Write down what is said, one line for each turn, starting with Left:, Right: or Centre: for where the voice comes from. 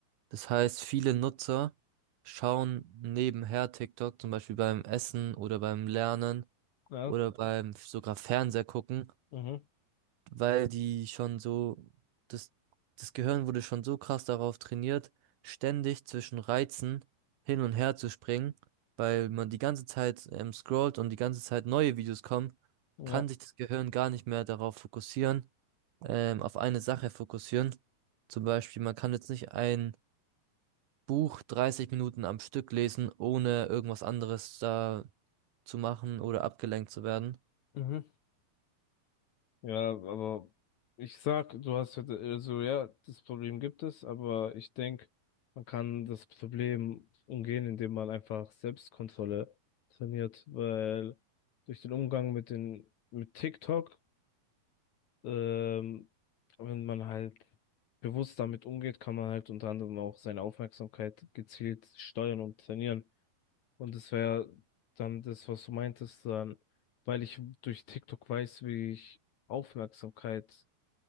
Right: Das heißt, viele Nutzer schauen nebenher TikTok, zum Beispiel beim Essen oder beim Lernen
Left: ja,
Right: oder beim sogar Fernseher gucken,
Left: mhm,
Right: weil die schon so, das, das Gehirn wurde schon so krass darauf trainiert, ständig zwischen Reizen hin und her zu springen, weil man die ganze Zeit ähm, scrollt und die ganze Zeit neue Videos kommen,
Left: ja,
Right: kann sich das Gehirn gar nicht mehr darauf fokussieren ähm, auf eine Sache fokussieren. Zum Beispiel, man kann jetzt nicht ein Buch 30 Minuten am Stück lesen, ohne irgendwas anderes da zu machen oder abgelenkt zu werden.
Left: mhm. Ja, aber ich sag, du hast ja, also ja, das Problem gibt es, aber ich denke, man kann das Problem umgehen, indem man einfach Selbstkontrolle trainiert, weil durch den Umgang mit den, mit TikTok Ähm, wenn man halt bewusst damit umgeht, kann man halt unter anderem auch seine Aufmerksamkeit gezielt steuern und trainieren. Und das wäre dann das, was du meintest, dann, weil ich durch TikTok weiß, wie ich Aufmerksamkeit,